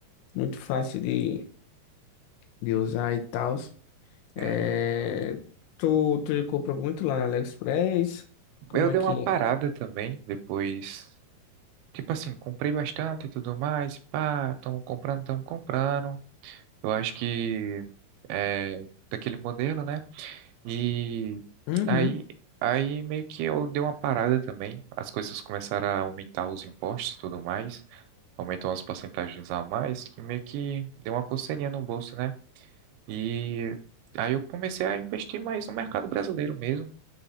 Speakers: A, on the left; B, on the right.
A: muito fácil de, de usar e tal. É,
B: Hum,
A: tu, tu compra muito lá na AliExpress? Como
B: eu dei
A: é que
B: uma parada
A: é?
B: também, depois. Tipo assim, comprei bastante e tudo mais. Pá, tão comprando, tão comprando. Eu acho que é daquele modelo, né? E
A: Uhum.
B: aí, aí meio que eu dei uma parada também. As coisas começaram a aumentar os impostos e tudo mais. Aumentou as porcentagens a mais, que meio que deu uma coceirinha no bolso, né? E aí eu comecei a investir mais no mercado brasileiro mesmo,